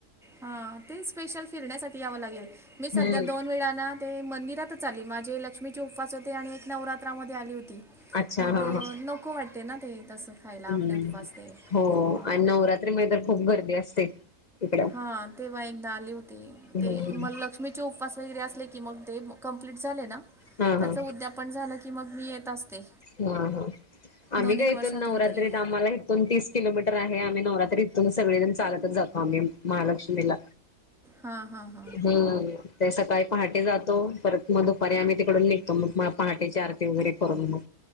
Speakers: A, in the centre; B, on the left.
A: हा ते स्पेशल फिरण्यासाठी यावं लागेल मी सध्या
B: हम्म.
A: दोन वेळा ना ते मंदिरातच आली माझे लक्ष्मीचे उपवास होते आणि एक नवरात्रामध्ये आली होत ती
B: अच्छा
A: मग
B: हा हा.
A: नको वाटते ना ते तसं खायला आपले
B: हम्म
A: उपवास ते
B: हो
A: हां
B: आणि नवरात्री मधी तर खूप गर्दी असते. इकडं.
A: हा तेव्हा एकदा आले होती
B: हम्म.
A: ते म लक्ष्मीचे उपवास वगैरे असले की मग ते म कम्प्लीट झाले ना
B: हा
A: त्याचं
B: हा
A: उद्यापन झालं की मग मी येत असते.
B: हा हा आम्ही
A: दोन
B: काय
A: एक
B: इथून
A: वर्षातून
B: नवरात्रीत
A: तरी
B: आम्हाला इथ इथून तीस किलोमीटर आहे आम्ही नवरात्री इथून सगळेजण चालतच जातो आम्ही महालक्ष्मीला
A: हां हां हां
B: बरे ते सकाळी पहाटे जातो परत म दुपारी आम्ही तिकडून निघतो मग म पहाटेची आरती वगैरे करून मग